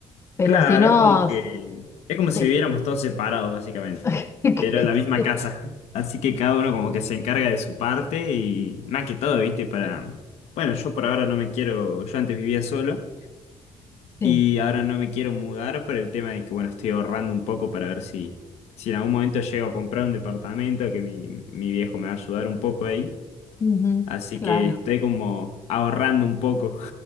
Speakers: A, on the left; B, on the left.
A: pero
B: Claro,
A: si no,
B: es como que
A: s-
B: es como
A: sí,
B: si viviéramos todos separados, básicamente.
A: <laughs> que
B: Pero en la misma
A: sí,
B: casa. <laughs> Así que cada uno como que se encarga de su parte y más que todo, ¿viste? Para... Bueno, yo por ahora no me quiero, yo antes vivía solo
A: sí,
B: y ahora no me quiero mudar por el tema de que, bueno, estoy ahorrando un poco para ver si, si en algún momento llego a comprar un departamento, que mi, mi viejo me va a ayudar un poco ahí.
A: ujú,
B: Así
A: claro.
B: que estoy como ahorrando un poco.